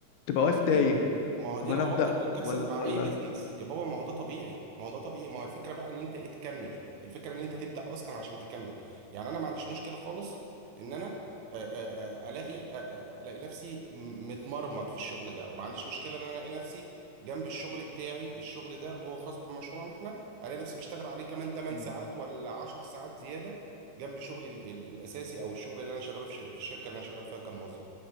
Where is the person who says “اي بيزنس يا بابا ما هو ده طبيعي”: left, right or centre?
Right